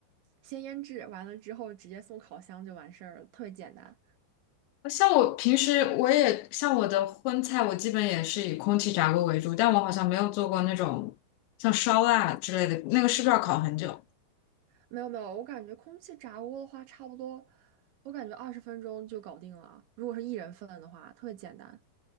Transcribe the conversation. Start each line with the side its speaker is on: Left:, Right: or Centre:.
Right: 先腌制，完了之后直接送烤箱就完事儿了，特别简单。
Left: 像我平时我也像我的荤菜，我基本也是以空气炸锅为主，但我好像没有做过那种像烧腊之类的，那个是不是要烤很久？
Right: 没有没有，我感觉空气炸锅的话，差不多，我感觉二十分钟就搞定了，如果是一人份的话，特别简单。